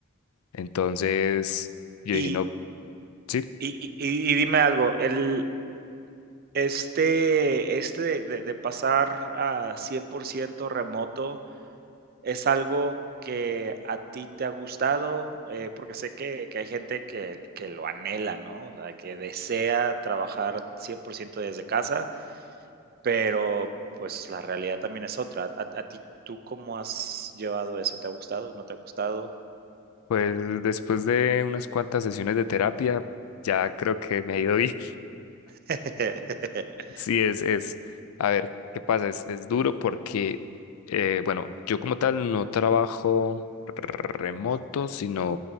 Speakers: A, on the left; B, on the right.
A: Entonces yo
B: Y,
A: dije, no, sí,
B: y- y- y dime algo, el, este, este de, de- de pasar a 100% remoto es algo que a ti te ha gustado, Eh, porque sé que, que hay gente que, que lo anhela, ¿no? O sea, que desea trabajar 100% desde casa Pero, pues, la realidad también es otra. ¿A a ti tú cómo has llevado eso? ¿Te ha gustado? ¿No te ha gustado?
A: pues después de unas cuantas sesiones de terapia, ya creo que me ha ido bien.
B: <laughs>
A: Sí, es, es, a ver, ¿qué pasa? Es, es duro porque, eh, bueno, yo como tal no trabajo remoto, sino